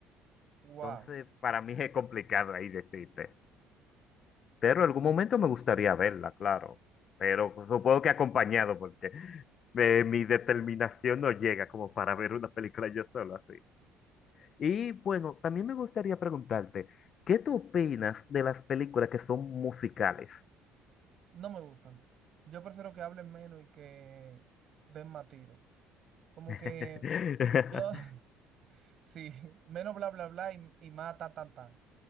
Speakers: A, on the right (about 55°); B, on the left (about 50°).
A: Wow,
B: Entonces, para mí es complicado ahí decirte. Pero en algún momento me gustaría verla, claro. Pero pues, supongo que acompañado, porque eh, mi determinación no llega como para ver una película yo solo así. Y bueno, también me gustaría preguntarte, ¿qué tú opinas de las películas que son musicales?
A: no me gustan. Yo prefiero que hablen menos y que den más tiro. Como
B: <laughs>
A: que yo, <laughs> sí, menos bla, bla, bla y, y más ta, tan, tan.